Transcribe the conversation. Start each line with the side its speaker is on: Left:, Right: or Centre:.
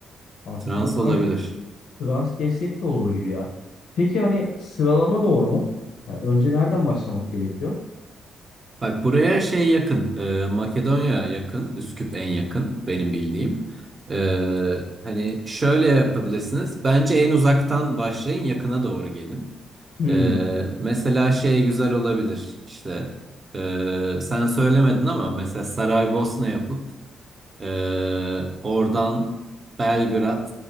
Left: Aslında
Right: Trans olabilir.
Left: aynen trans geçsek de olur gibi ya. Peki hani sıralama doğru mu? Yani önce nereden başlamak gerekiyor?
Right: Bak buraya şey yakın. e, Makedonya yakın. Üsküp en yakın benim bildiğim. E, hani şöyle yapabilirsiniz. Bence en uzaktan başlayın yakına doğru gelin.
Left: Hmm.
Right: E, mesela şey güzel olabilir. İşte e, sen söylemedin ama mesela Saraybosna yapıp ee, oradan Belgrad